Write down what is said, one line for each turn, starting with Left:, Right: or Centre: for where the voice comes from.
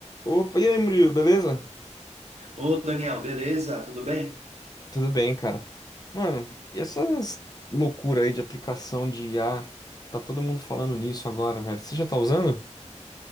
Left: Opa, e aí, Murilo, beleza?
Right: Ô, Daniel, beleza? Tudo bem?
Left: Tudo bem, cara. Mano, e essas loucuras aí de aplicação de IA? Tá todo mundo falando nisso agora, velho. Você já tá usando?